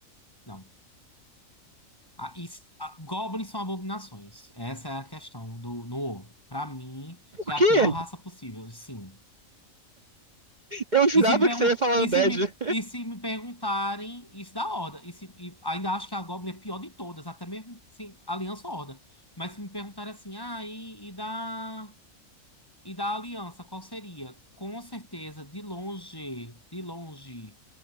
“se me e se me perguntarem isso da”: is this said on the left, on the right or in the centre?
Left